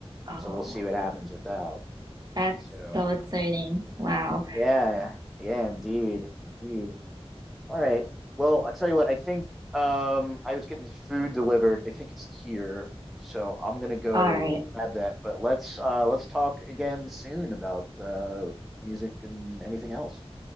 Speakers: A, on the right; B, in the centre.
A: Oh,
B: so we'll see what happens
A: wow.
B: with that.
A: that's
B: So,
A: so exciting. Wow.
B: yeah, yeah, indeed, indeed. All right. Well, I tell you what, I think um, I was getting food delivered. I think it's here, so I'm gonna go
A: All right.
B: grab that. But let's uh, let's talk again soon about uh, music and anything else.